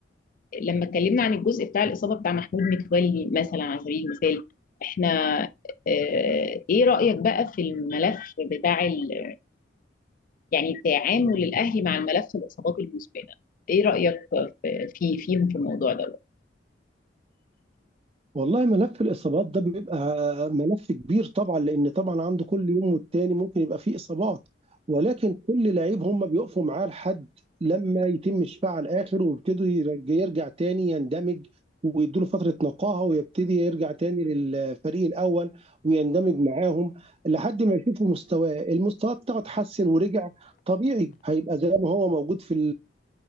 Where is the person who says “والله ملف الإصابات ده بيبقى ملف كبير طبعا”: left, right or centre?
Right